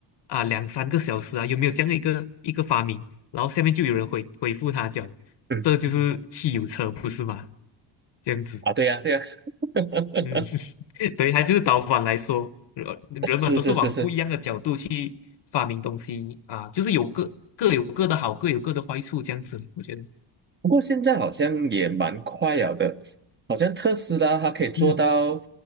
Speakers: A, on the left (about 65°); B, on the right (about 25°).
A: 啊、两三个小时啊，有没有这样的一个一个发明？然后下面就有人回回复他讲，
B: 嗯，
A: 这就是汽油车，不是吗？这样子，
B: 啊，对呀、对呀、<laughs>
A: 嗯 <laughs> 对，它就是导反来说，人人们都是往不一样的角度去发明东西啊，
B: 是是是是，
A: 就是有各各有各的好，各有各的坏处，这样子，我觉得，
B: 不过现在好像也蛮快了的，好像特斯拉它可以做到，
A: 嗯